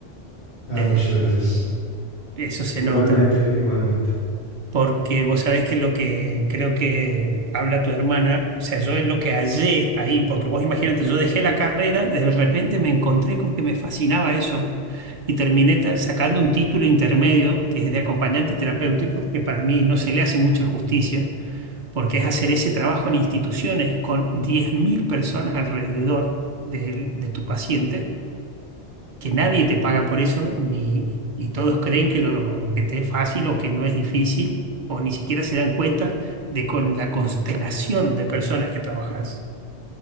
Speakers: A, on the left; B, on the right.
A: Ah,
B: Eh,
A: muchas gracias.
B: eso se
A: Igualmente,
B: nota.
A: igualmente.
B: porque vos sabés que lo que creo que habla tu hermana, o sea, yo es lo que hallé ahí, porque vos imagínate, yo dejé la carrera, de repente me encontré con que me fascinaba eso y terminé ta- sacando un título intermedio que es de acompañante terapéutico, que para mí no se le hace mucha justicia, porque es hacer ese trabajo en instituciones con 10.000 personas alrededor del- de, tu paciente que nadie te paga por eso, ni, y todos creen que, lo, que te es fácil o que no es difícil, o ni siquiera se dan cuenta de con la constelación de personas que trabajas.